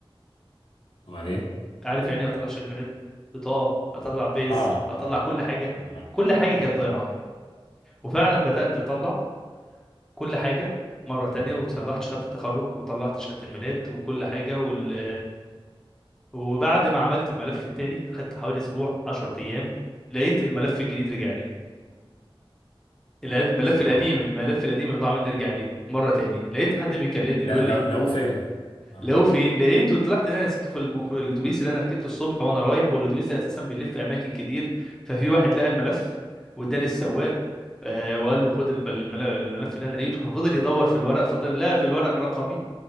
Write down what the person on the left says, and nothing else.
وبعدين
اه
اه
يا نهار أبيض.
سبحان
الله
لا
لو
لو فين اه